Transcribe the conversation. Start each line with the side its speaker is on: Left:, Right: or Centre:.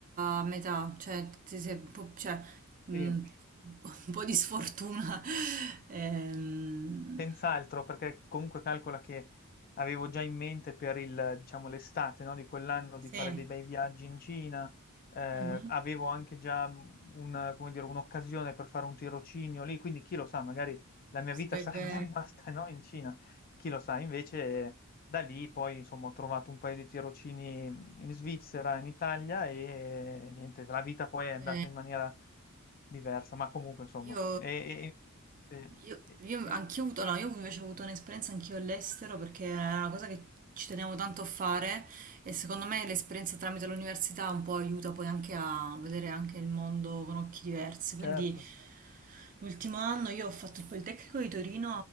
Right: a metà, cioè, ti sei un po', cioè, mm,
Left: Sì,
Right: un po' di sfortuna.
Left: sì.
Right: <laughs> Ehm,
Left: Senz'altro, perché comunque calcola che avevo già in mente per il, diciamo, l'estate, no, di quell'anno
Right: sì,
Left: di fare dei bei viaggi in Cina, eh,
Right: mhm.
Left: avevo anche già mh, un- come dire, un'occasione per fare un tirocinio lì, quindi chi lo sa, magari la mia vita
Right: Sarebbe...
Left: sarebbe <laughs> rimasta, no, in Cina, chi lo sa, invece da lì poi insomma ho trovato un paio di tirocini mm, in Svizzera, in Italia e niente, la vita poi è andata
Right: Ok.
Left: in maniera diversa, ma comunque insomma...
Right: Io,
Left: E, e- sì,
Right: io,
Left: e-
Right: io
Left: e-
Right: anch'io ho avuto, no, io invece ho avuto un'esperienza anch'io all'estero perché era una cosa che ci tenevo tanto a fare e secondo me l'esperienza tramite l'università un po' aiuta poi anche a vedere anche il mondo con occhi diversi. Quindi
Left: Certo,
Right: l'ultimo anno io ho fatto il Politecnico di Torino